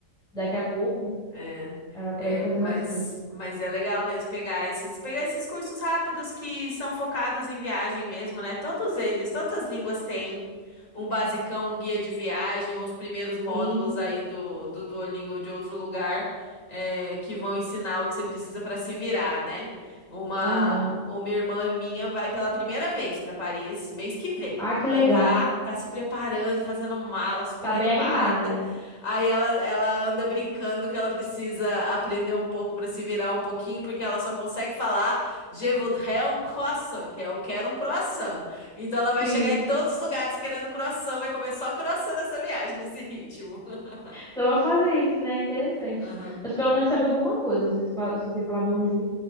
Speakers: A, in the centre; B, on the left (about 70°).
A: daqui a pouco,
B: É,
A: ah, pra
B: é,
A: ir fazendo
B: mas,
A: as coisas.
B: mas é legal mesmo pegar esses, pegar esses cursos rápidos que são focados em viagem mesmo, né? Todos eles, todas as línguas têm um basicão, um guia de viagem, os primeiros módulos
A: Sim.
B: aí do, do Duolingo ou de outro lugar, é, que vão ensinar o que você precisa para se virar, né? Uma,
A: Aham.
B: uma irmã minha vai pela primeira vez para Paris mês que vem.
A: Ah,
B: Ela
A: que legal.
B: tá, tá se preparando, fazendo mala, super
A: Tá
B: animada.
A: bem animada, né?
B: Aí ela, ela anda brincando que ela precisa aprender um pouco para se virar um pouquinho, porque ela só consegue falar Je voudrais un croissant, que é eu quero um croissant. Então ela vai
A: Sim.
B: chegar em todos os lugares querendo croissant, vai comer só croissant nessa viagem, nesse ritmo. <laughs>
A: Só vou fazer isso, né? Interessante.
B: Aham,
A: Mas pelo menos saber alguma coisa, se você fa- se você falar bonjour.